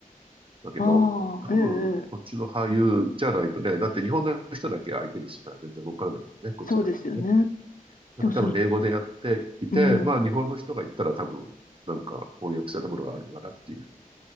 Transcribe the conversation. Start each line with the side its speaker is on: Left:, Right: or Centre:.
Right: だけど、
Left: あ、
Right: 多分、
Left: ええ、ええ
Right: こっちの俳優じゃないとね、だって日本の人だけ相手にしてたら全然わからないね、こっちでやってもね。
Left: そうですよね。
Right: なんか多分英語でやっていて、
Left: でもその、うん、
Right: まあ日本の人が言ったら多分なんか翻訳されたものがあるのかなっていう